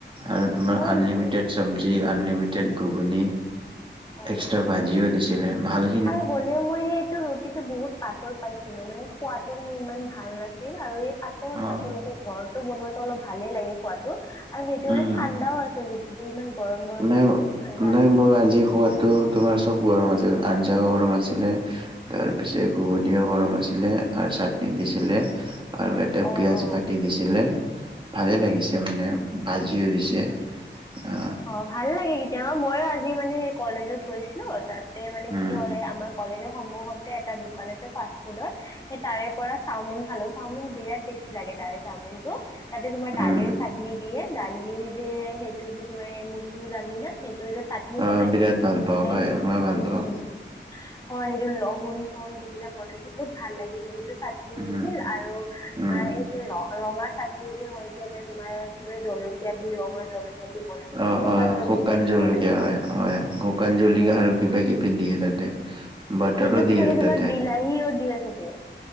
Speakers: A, on the right; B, on the left.
A: আৰু তোমাৰ
B: হয়
A: আনলিমিটেড
B: নেকি?
A: চবজি আনলিমিটেড ঘুগুনি।
B: অ
A: এক্সট্ৰা ভাজিও দিছিলে ভাল
B: আৰু হ'লেও মই ৰুটিটো বহুত পাতল পাইছিলো মানে খোৱাটো মানে ইমান ভাল নাছিল আৰু এই প তল
A: অ
B: পাতল আছে ঘৰটো বনোৱাটো অলপ ভালে লাগে খোৱাটো আৰু সেইটো
A: উম
B: মানে ঠাণ্ডাও আছিল কিন্তু ইমান গৰম, গৰম
A: নাই
B: নাছিল ঠাণ্ডা
A: নাই
B: ৰুটি
A: মোৰ
B: আছিল।
A: <unintelligible> তোমাৰ চব গৰম আছিলে আঞ্জাও গৰম আছিলে। তাৰ পিছে ঘুগুনিও গৰম আছিলে আৰু চাটনি দিছিলে। আৰু এটা
B: অ
A: পিয়াজ
B: অ
A: কাটি দিছিলে ভালেই লাগিছে মানে। ভাজিও দিছে আ
B: অ ভাল লাগে কেতিয়াবা মইও আজি মানে সেই কলেজত গৈছিলোঁ তাতে মানে
A: উম
B: কি হ'ল এই আমাৰ। কলেজৰ সন্মুখতে এটা দোকান আছে ফাষ্টফুডৰ। সেই তাৰে পৰা চাওমিন খালোঁ চাওমিন বিৰাট টেষ্টি লাগে তাৰে চাওমিনটো। তাতে তোমাৰ দালিৰ
A: উম
B: চাটনি দিয়ে দালিৰ যে সেইটো যে তোমাৰ মচুৰ দালি না সেই তোৰ যে চাটনি
A: অ
B: বনাই
A: বিৰাট
B: গে সেইটো,
A: ভাল পাওঁ হয় মই ভাল
B: উম,
A: পাওঁ
B: উম। হয় সেইটো লহুন চহুন দি কিনে বনাইছে বহুত ভাল লাগিছে সেইটো <unintelligible>
A: উম
B: দিছিল আৰু তোমাৰ
A: উম
B: এই <unintelligible> ৰ-ৰঙা চাটনি যে হয় যে এতিয়া তোমাৰ কিবা জলকীয়া দি ৰঙা জলকীয়া দি। বনাই নেকি
A: অ, অ
B: জলকীয়া
A: শুকান
B: দি
A: জলকীয়া
B: বনাই চাগে
A: হয়, হয় শুকান জলকীয়া
B: উম
A: আৰু
B: উম
A: কিবা কিবি দিয়ে তাতে। বাটাৰো
B: সেইটোত
A: দিয়ে
B: চাগে তোমাৰ
A: তাতে
B: বিলাহীও দিয়ে চাগে।